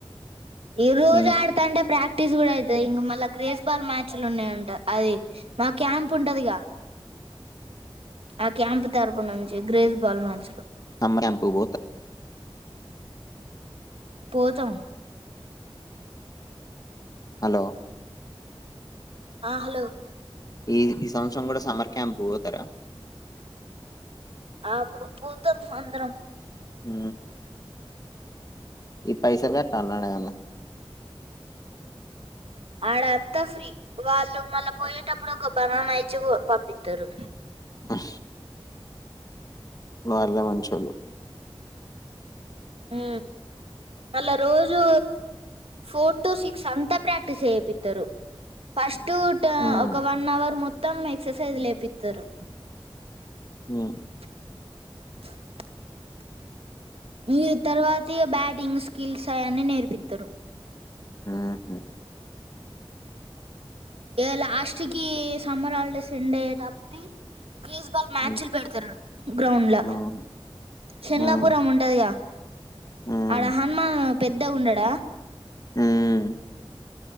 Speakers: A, on the right (about 75°); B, on the left (about 40°).
A: ఈ రోజు
B: ఇం
A: ఆడుతాంటే ప్రాక్టీస్ కూడా అయితు ఇంక మళ్ళా గ్రేస్ బాల్ మ్యాచ్లు ఉన్నాయంట అది మా క్యాంప్ ఉంటదిగా ఆ క్యాంప్ తరపు నుంచి గ్రేస్ బాల్ మ్యాచ్ లు
B: హర ఎంపుబోత
A: పోతం
B: హలో
A: ఆ హలో
B: ఈ ఈ సంవత్సరం కూడా సమ్మర్ క్యాంప్ పో పోతారా
A: ఆ పోతాం అందరం
B: ఉ ఈ పైసలు కట్టాాలడ ఎమన
A: ఆడ అంతా ఫ్రీ వాళ్ళు మళ్ళా పోయేటప్పుడు ఒక బణం నయిచి పంపిస్తారు
B: బస్ వాలే మంచోలు
A: ఉ మళ్ళా రోజు ఫోర్ టు సిక్స్ అంతా ప్రాక్టీస్ అయపిత్తరు ఫస్ట్ టూ
B: హ్మ్.
A: ఒక వన్ అవర్ మొత్తం ఎక్సర్సైజ్ లేపిస్తారు
B: ఉ
A: <inaudible> మీర్ తర్వాతి బ్యాటింగ్ స్కిల్స్ అని నేర్పిత్త రు
B: ఊహు
A: ఇగ లాస్ట్కి సమ్మర్ హాల్ డేస్ యండ్ అయ్యేటప్టి గ్రీస్ బాల్ మ్యాచ్లు
B: హ్మ్.
A: పెడతరు గ్రౌండ్ల
B: హ్మ్.
A: శంగాపురం
B: హ్మ్.
A: ఉంటదిగా
B: హ్మ్.
A: అడ హన్మా పెద్ద ఉండడా
B: హ్మ్.